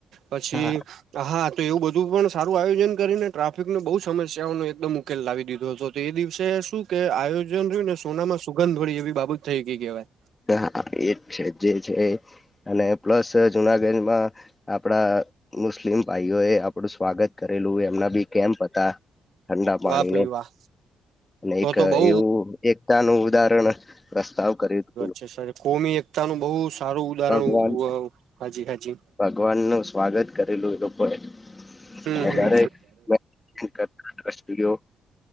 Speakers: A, on the right (about 75°); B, on the left (about 25°).
A: પછી
B: હા
A: હા તો એવું બધું પણ સારું આયોજન કરીને ટ્રાફિકને બહુ સમસ્યાઓનો એકદમ ઉકેલ લાવી દીધો હતો. તો એ દિવસે શું કે આયોજન રહ્યું ને સોનામાં સુગંધોળી એવી બાબત થઈ ગઈ કહેવાય.
B: હા એ જ છે જે છે અને પ્લસ જુનાગજમાં આપડા મુસ્લિમ ભાઈઓ એ આપડું સ્વાગત કરેલું એમના બી કેમ્પ હતા ઠંડા પાણી
A: વાહ ભાઈ
B: ન
A: વાહ.
B: અને
A: તો
B: એક
A: તો બહુ
B: એવું એક નું ઉદાહરણ પ્રસ્તાવ કરી તું.
A: <unintelligible> કોમી એકતા નનું બહુ સારું ઉદાહરણ
B: ભગવાન
A: હાજી હજી
B: ભગવાન નું સ્વાગત કરેલું એ લોકોએ
A: હમ
B: અને
A: હમ
B: જારે. <unintelligible>